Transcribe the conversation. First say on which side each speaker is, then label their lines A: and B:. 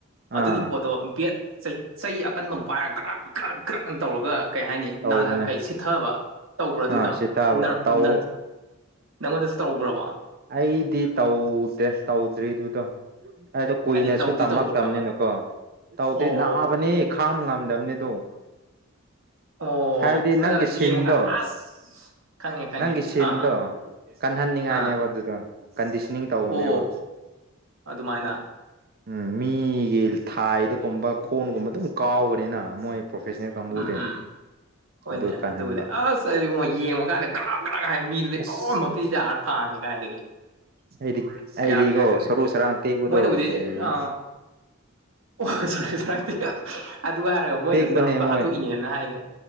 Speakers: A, on the right (about 75°); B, on the right (about 50°).
A: ꯑꯗꯨꯒꯤ
B: ꯑꯥ
A: ꯄꯣꯠꯇꯣ ꯕꯦꯠ ꯆꯩ ꯆꯩ ꯑꯀꯟꯕ ꯑꯃ ꯄꯥꯏꯔꯒ ꯀ꯭ꯔꯛ ꯀ꯭ꯔꯛ ꯀ꯭ꯔꯛꯅ ꯇꯧꯔꯒ ꯀꯩ ꯍꯥꯏꯅꯤ
B: ꯇꯧꯕꯅꯦ
A: ꯅꯥ ꯑꯥ ꯀꯩ ꯁꯤꯊꯕ ꯇꯧꯕ꯭ꯔ ꯑꯗꯨꯏꯗꯣ
B: ꯑꯥ ꯁꯤ ꯊꯥꯕ
A: ꯅꯥ꯭ꯔꯞ
B: ꯇꯧ
A: ꯅ꯭ꯔ ꯅꯪꯉꯣꯟꯗꯁꯨ ꯇꯧꯕ꯭ꯔꯕ
B: ꯑꯩꯗꯤ ꯇꯧꯗꯦ ꯇꯧꯗ꯭ꯔꯤ ꯗꯨꯗꯣ ꯍꯥꯏꯗꯣ ꯀꯨꯏꯅꯁꯨ
A: ꯍꯥꯏꯗꯤ ꯇꯧꯗꯤ
B: ꯇꯝꯂꯛꯇꯕꯅꯤꯅꯀꯣ
A: ꯇꯧꯕ꯭ꯔꯕ
B: ꯇꯧꯗꯦ
A: ꯑꯣ
B: ꯅꯥꯕꯅꯤꯍ‌ꯦ ꯈꯥꯝ ꯉꯝꯗꯝꯅꯤ ꯗ‌ꯣ
A: ꯑꯣ
B: ꯍꯥꯏꯕꯗꯤ ꯅꯪꯒꯤ
A: ꯑꯗ
B: ꯁꯤꯟꯗꯣ
A: ꯌꯦꯡꯕꯀꯥꯟꯗ ꯑꯁ ꯈꯪꯉꯦ ꯈꯪꯉꯦ
B: ꯅꯪꯒꯤ ꯁꯤꯟꯗꯣ
A: ꯑꯥ
B: ꯀꯟꯍꯟꯅꯤꯡꯉꯥꯏꯅꯦꯕ
A: ꯑꯥ
B: ꯑꯗꯨꯗ ꯀꯟꯗꯤꯁꯅꯤꯡ ꯇꯧꯕꯅꯦꯕ
A: ꯑꯣ ꯑꯗꯨꯃꯥꯏꯅ
B: ꯎꯝ ꯃꯤꯒꯤ ꯊꯥꯏꯗꯒꯨꯝꯕ ꯈꯣꯟꯒꯨꯝꯕ ꯑꯗꯨꯝ ꯀꯥꯎꯕꯅꯤꯅ ꯃꯣꯏ ꯄ꯭ꯔꯣꯐꯦꯁꯅꯦꯜ ꯀꯥꯡꯕꯨꯗꯤ
A: ꯎꯝ ꯎꯝ ꯍꯣꯏꯅꯦ
B: ꯑꯗꯨ ꯀꯥꯟꯍꯟꯕ
A: ꯑꯗꯨꯕꯨꯗꯤ ꯑꯁ ꯑꯩꯉꯣ ꯌꯦꯡꯕ ꯀꯥꯟꯗ ꯒ꯭ꯔꯥꯛ ꯒ꯭ꯔꯥꯛ ꯍꯥꯏ ꯃꯤꯗꯨꯗ
B: ꯑꯁ
A: ꯎ ꯃꯄꯤꯇꯥꯔꯥ ꯈꯥꯡꯉꯦ ꯀꯥꯏꯗꯒꯤ
B: ꯑꯩꯗꯤ ꯑꯩꯗꯤꯀꯣ
A: ꯑ ꯌꯥꯕꯤ ꯉꯥꯛꯇꯅꯦ
B: ꯁꯔꯨ ꯁꯔꯥꯡ ꯇꯦꯛꯄꯗꯣ
A: ꯃꯣꯏꯅꯕꯨꯗꯤ
B: ꯀꯤꯌꯦꯍꯦ
A: ꯑ ꯑꯣꯏ ꯑꯁ ꯁꯔꯛꯇꯦ ꯑꯗꯨ ꯍꯥꯏꯔꯒ ꯃꯣꯏ
B: ꯇꯦꯛꯄꯅꯦ
A: ꯑꯗꯨꯝ ꯅꯔꯛꯇ
B: ꯃꯣꯏ
A: ꯍꯥꯠꯇꯣꯛꯏꯅꯦꯅ ꯍꯥꯏꯅꯦ